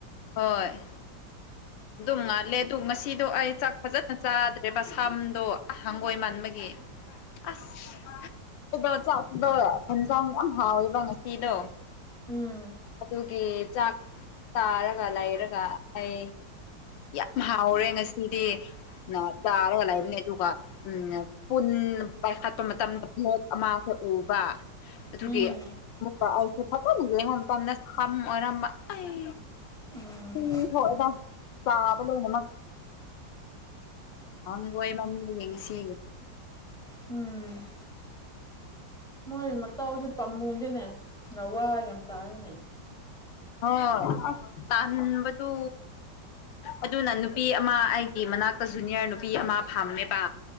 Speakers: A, on the left; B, in the centre.
A: ꯍꯣꯏ ꯑꯗꯨꯝ ꯉꯥꯜꯂꯦ ꯑꯗꯨꯗꯣ ꯉꯁꯤꯗꯣ ꯑꯩ ꯆꯥꯛ ꯐꯖꯅ ꯆꯥꯗ꯭ꯔꯦꯕ ꯁꯝꯗꯣ ꯍꯪꯒꯣꯏ ꯃꯟꯥꯟꯕꯒꯤ
B: <inaudible>
A: ꯑꯁ ꯑꯗꯣ ꯆꯥꯛꯁꯤꯗꯣ ꯍꯟꯖꯥꯡ ꯌꯥꯝ ꯍꯥꯎꯋꯦꯕ ꯉꯁꯤꯗꯣ
B: ꯎꯝ
A: ꯑꯗꯨꯒꯤ ꯆꯥꯛ ꯆꯥꯔꯒ ꯂꯩꯔꯒ ꯑꯩ ꯌꯥꯝ ꯍꯥꯎꯔꯦ ꯉꯁꯤꯗꯤ ꯅ ꯇꯥꯔꯒ ꯂꯩꯕꯅꯦ ꯑꯗꯨꯒ ꯎꯝ ꯄꯨꯟ ꯄꯥꯏꯈꯠꯄ ꯃꯇꯝꯗ ꯄ‌ꯣꯠ ꯑꯃꯁꯨ ꯎꯕ ꯑꯗꯨꯒꯤ
B: ꯎꯝ
A: ꯃꯨꯛꯀ ꯑꯩꯁꯦ ꯐꯖꯟꯅ ꯌꯦꯡꯕ ꯃꯇꯝꯗ ꯁꯝ ꯑꯣꯏꯔꯝꯕ ꯑꯩ
B: ꯎꯝ
A: ꯏ ꯊꯛꯑꯗ <inaudible> ꯆꯥꯕ ꯂꯣꯏꯅꯃꯛ ꯍꯪꯒꯣꯏꯃꯟꯕꯒꯤ ꯉꯁꯤ
B: ꯎꯝ ꯃꯣꯏ ꯃꯇꯥꯎꯁꯦ ꯄꯥꯝꯃꯨꯁꯦꯅꯦ ꯋꯥ ꯌꯥꯝ ꯇꯥꯔꯅꯦ
A: ꯍꯣꯏ ꯇꯥꯟꯕꯗꯨ ꯑꯗꯨꯅ ꯅꯨꯄꯤ ꯑꯃ ꯑꯩꯒꯤ ꯃꯅꯥꯛꯇ ꯖꯨꯅꯤꯌꯔ ꯅꯨꯄꯤ ꯑꯃ ꯐꯝꯃꯦꯕ